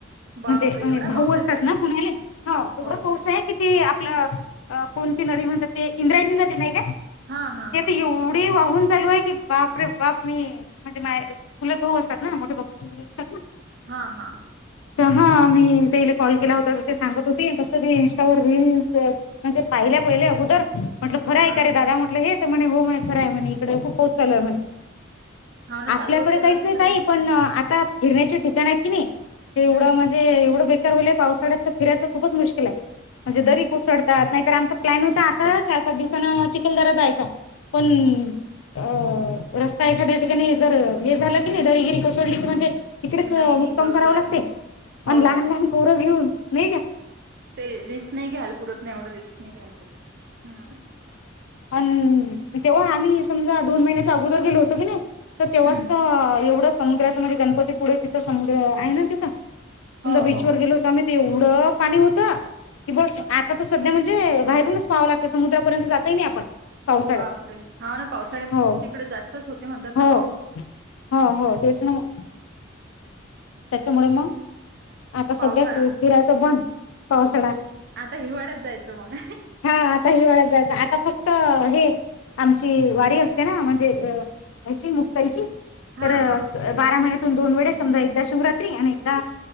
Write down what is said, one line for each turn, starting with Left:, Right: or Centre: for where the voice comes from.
Right: बापरे
Left: म्हणजे
Right: एवढा
Left: भाऊ
Right: पाऊस
Left: असतात
Right: आहे काय
Left: ना पुण्याले ह दोडं
Right: हो
Left: पासाय
Right: काय
Left: आप कोणती नदी म्हणतात ते इंद्रायणी नदी नाही का
Right: हा हा हा
Left: ते एवढे होन चालू आहे की बाप रे बाप मी म्हणजे मा तुले भाऊ असतात ना मोठ्या भाऊची मु असतात
Right: हा हा
Left: तर हा मी त्या इला कॉल केला होता तर ते सांगत होते तसं मी र म्हणजे पाहिल्या पहिले अगोदर म्हटलं खरं ऐ
Right: हा
Left: का रे
Right: ना
Left: दादा म्हटलं हे म्हणे हो म्हणे खर आहे म्हण इकडे खूप पोहोचालय म्हणे
Right: हा ना
Left: आपल्याकडे
Right: चालू असेल
Left: काहीच
Right: ना तिकडे
Left: नाही तई पण आता फिरण्याचे ठिकाण आहेत कि नाही
Right: हम्म
Left: ते एवढं म्हणजे
Right: हम्म
Left: एवढं बे य पावसा्या तर फिरायचं खूपच मुश्कल आहे म्हणजे दरी कोसळतात नाही तर आमचा प्लॅन होता आता चार पाच दिवसाांन चिखलदरा जायचा पण अ रस्ता एखाद्या ठिकाणी जर हे झाला की नाही दरगिरी कोसळली की म्हणजे इिकडेच
Right: नाही नाही
Left: मुक्काम
Right: बरोबर
Left: कराव लागते
Right: आहे
Left: पण
Right: हो
Left: लहान लहान पोरं घेऊन नाही घ्या
Right: ते रिस्क नाही घ्यायला पुरत नाही एवढं रिस्क नाही घ्याय पुरत
Left: अं तेव्हा आम्ही समजा दोन महिन्याच्या अगोदर गेलो होतो की नाही तर तेव्हाच
Right: हम्म
Left: तर एवढं समुद्राचं म्हणजे गणपती पुढे तिथं समुद्र आहे ना तिथं. समजा
Right: हो
Left: बीचवरर
Right: हो
Left: गेलो होत म ते एवढं पाणी होत की बस आता तर सध्या म्हणजे. बाहेरूनच पावं लागतं समुद्रापर्यंत जाताय नाही आपण पावसाळ्यात
Right: बापरे हा ना पावसाळ्यात
Left: हो
Right: खूप तिकडे जास्तच होते म्हणतात
Left: हो
Right: ना पाऊस
Left: हो हो तेच ना मग. त्याच्यामुळे मग आता सध्या
Right: पावसाळा
Left: फिरायचं बंद. पावसाळा
Right: आता हिवाळ्यात जायचं मग
Left: हा आता हिवाळ्यात जायच आता आता फक्त हे आमची वारी असते ना म्हणजे ह्याची मुक्ताईची
Right: हा
Left: तर
Right: हा
Left: बारा महिन्यातून दोन वेळे समजा एकदा. शिवरात्री आणि एकदा